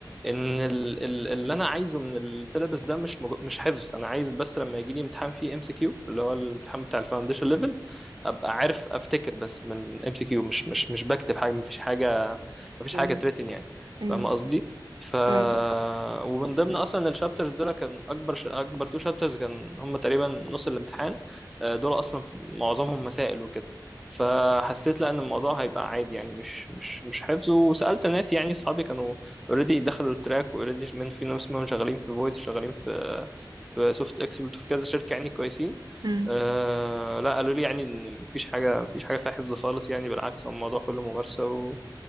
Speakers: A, in the centre; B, on the right.
A: ان ال- ال- اللي انا عايزه من السيلابس ده مش مج... مش حفظ انا عايز بس لما يجي لي امتحان فيه ام سي كيو اللي هو الامتحان بتاع الفاونديشن ليفل ابقى عارف افتكر بس من ام سي كيو مش مش مش بكتب حاجه مفيش حاجه مفيش
B: مم.
A: حاجه تريتن يعني
B: مم.
A: فاهم قصدي ف
B: فهمتك
A: ومن ضمن اصلا الشابترز دول كان اكبر ش... اكبر تو شابترز كان هم تقريبا نص الامتحان آه، دول اصلا في- معظمهم مسائل وكده فحسيت لا ان الموضوع هيبقى عادي يعني مش مش مش حفظ وسالت ناس يعني اصحابي كانوا اوريدي دخلوا التراك واوريدي من في ناس منهم شغالين في فويس شغالين في في سوفت اكسبرت وفي كذا شركه يعني كويسين
B: مم.
A: آه لا قالوا لي يعني ان مفيش حاجه مفيش حاجه فيها حفظ خالص يعني بالعكس هو الموضوع كله ممارسه و...